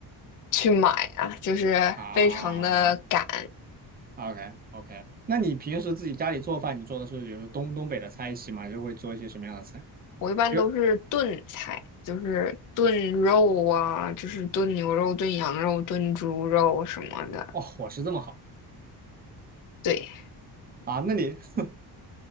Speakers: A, on the left; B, on the right.
A: 去买啊，就是非常的赶。
B: 啊，OK OK，那你平时自己家里做饭，你做的是比如说东东北的菜系吗？还是会做一些什么样的菜？
A: 我一般都是炖菜，
B: 比如，
A: 就是炖肉啊，就是炖牛肉、炖羊肉、炖猪肉什么的。
B: 哇，伙食这么好
A: 对，
B: 啊？那你 <laughs>